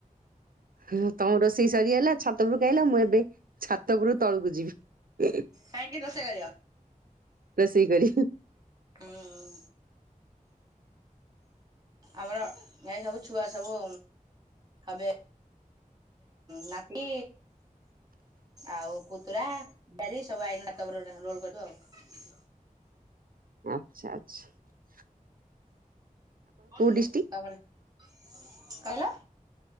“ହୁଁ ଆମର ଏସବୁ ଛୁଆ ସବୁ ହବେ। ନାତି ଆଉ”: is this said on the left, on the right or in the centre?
Right